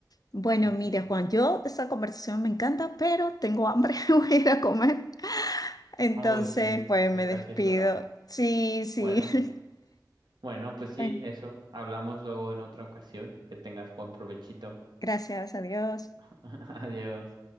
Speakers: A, on the left (about 60°); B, on the right (about 85°).
A: Bueno,
B: Sí, sí.
A: mira, Juan, yo esa conversación me encanta, pero tengo hambre, <laughs> voy a ir a comer. Entonces,
B: Uy, sí,
A: pues
B: ya
A: me despido.
B: casi es hora.
A: Sí, sí.
B: Bueno.
A: <laughs>
B: Bueno, pues sí,
A: Bueno,
B: eso. Hablamos luego en otra ocasión. Que tengas buen provechito.
A: gracias, adiós.
B: <laughs> Adiós.